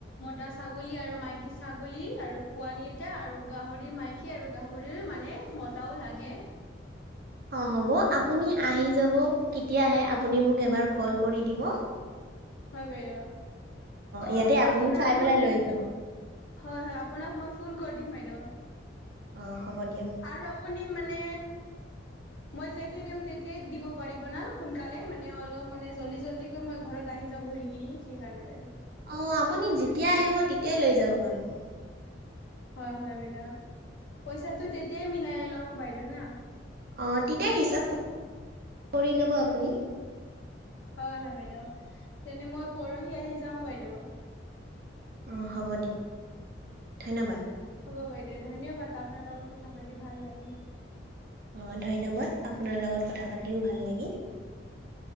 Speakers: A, on the left; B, on the right.
A: মতা ছাগলী আৰু মাইকী ছাগলী আৰু পোৱালী এটা আৰু গাহৰি মাইকী আৰু গাহৰি মানে মতাও লাগে
B: অগ, হ'ব আপুনি আহি যাব কেতিয়া আহে আপুনি মোক এবাৰ কল কৰি দিব।
A: হয়, বাইদউ। অ',
B: ইয়াতে আপুনি
A: আপোনাৰ
B: চাই
A: ফোন
B: পেলাই লৈ যাব
A: হয়- হয় আপোনাক মই ফোন কৰি দিম বাইদেউ।
B: অ। হ'ব দিয়ক
A: আৰু আপুনি মানে। মই যেতিয়াই দিম তেতিয়াই দিব পাৰিব না সোনকালে মানে অলপ মানে জলদি জলদি কৈ মই ঘৰত আহি যা ঘূৰি কিনি সেইকাৰণে বাইদউ।
B: অ আপুনি যেতিয়া আহিব তেতিয়াই লৈ যাব পাৰিব।
A: হয় হয় বাইদেউ, পইচাটো তেতিয়াই মিলাই ল বাইদেউ না।
B: অ তেতিয়া হিচাপ কৰি ল'ব আপুনি।
A: হয় -হয় বাইদেউ তেনে মই পৰহি আহি যাও বাইদেউ?
B: অহ, হ'ব দি ধন্যবাদ।
A: হ'ব বাইদেউ ধন্যবাদ আপোনাৰ লগত কথা পাতি ভাল লাগিল।
B: অহ, ধন্যবাদ আপোনাৰ লগত কথা পাতিও ভাল লাগিল।